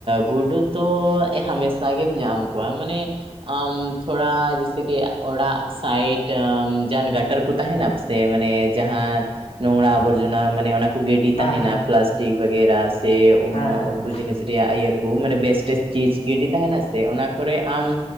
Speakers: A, on the right; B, on the left.
A: ᱜᱩᱰᱩ ᱫᱚ ᱦᱟᱢᱮᱥᱟ ᱜᱮᱢ ᱧᱟᱢ ᱠᱚᱣᱟ, ᱢᱟᱱᱮ ᱟᱢᱼᱼ ᱛᱷᱚᱲᱟ ᱡᱮᱭᱥᱮ ᱠᱤ ᱚᱲᱟᱜ ᱥᱟᱭᱤᱰ ᱡᱟᱦᱟᱱ ᱜᱟᱴᱟᱨ ᱠᱚ ᱛᱟᱦᱮᱱᱟ ᱥᱮ ᱢᱟᱱᱮ ᱡᱟᱦᱟᱱᱼᱼ ᱱᱚᱜᱲᱟ ᱟᱵᱚᱨᱡᱚᱱᱟ ᱢᱟᱱᱮ ᱚᱱᱟ ᱠᱚ ᱜᱤᱰᱤ
B: ᱦᱮᱸ
A: ᱛᱟᱦᱮᱱᱟ
B: ᱦᱮᱸ
A: ᱯᱞᱟᱥᱴᱤᱠ ᱵᱟᱜᱨᱟ ᱥᱮ
B: ᱦᱮᱸ ᱦᱮᱸ
A: ᱩᱛᱩ
B: ᱦᱮᱸ
A: ᱡᱤᱱᱤᱥᱼᱼ ᱨᱮᱭᱟᱜ ᱤᱭᱟᱹ ᱠᱚ ᱢᱟᱱᱮ ᱵᱮᱥᱴ ᱪᱤᱡᱽ ᱜᱤᱰᱤ ᱛᱟᱦᱮᱱᱟ ᱥᱮ ᱚᱱᱟ ᱠᱚᱨᱮ ᱟᱢ